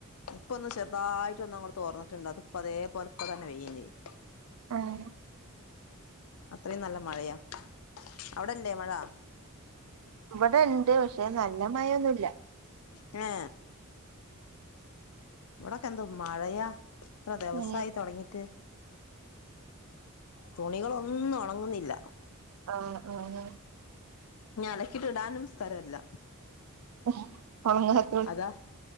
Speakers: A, on the left; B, on the right.
A: ഇപ്പൊന്ന് ചെറുതായിട്ട ഒന്ന് തോർന്നിട്ട് ഉണ്ട് അത് ഇപ്പ അതേപലെ ഇപ്പ തന്നെ പേയും ചെയ്യും
B: ആം
A: അത്രയും നല്ല മഴയാ അവിടെല്ലേ മഴ
B: ഇവിടെ ഇണ്ട് പക്ഷെ നല്ല മഴൊന്നുമല്ല
A: ഏ ഇവിടൊക്കെ ന്ത് മഴയാ എത്ര ദിവസായി
B: ഏഹ്
A: തുടങ്ങിട്ട് തുണികളൊന്നും ഉണങ്ങുന്നില്ല
B: ആഹ് അതേ അതേ
A: ഞ അലക്കിട്ട് ഇടാനും സ്ഥലല്ല
B: <unintelligible>
A: അതാ